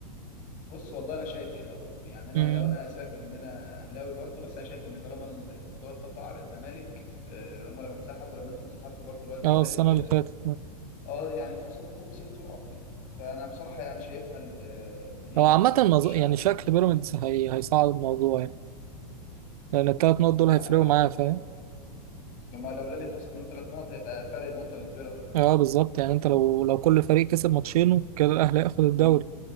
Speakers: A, on the left; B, on the right.
A: بص والله انا شايف كده برضو يعني انا
B: امم
A: لو انا سيبك من ان انا اهلاوي برضو بس انا شايف ان طالما الموضوع اتطبق على الزمالك آه، هم لما انسحبوا ولما انتوا انسحبتوا برضو اللي هو الزمالك
B: اه السنة
A: وكده
B: اللي فاتت
A: اه يعني اتخصم منكم ست نقط فانا بصراحه يعني شايفها ال- آه، ان هي
B: هو
A: الموضوع
B: عامة
A: ما
B: الموضوع
A: فيهوش عدل
B: يعني شكل بيراميدز هي... هيصعد الموضوع يعني لأن التلات نقط
A: مش
B: دول هيفرقوا
A: عارف
B: معايا
A: والله
B: فاهم؟
A: لما لو الاهلي اتخصم منه ثلاث نقط هيبقى فرق نقطه للبيراميدز
B: اه بالظبط يعني انت لو لو كل فريق كسب ماتشينه كده الأهلي هياخد الدوري
A: مم.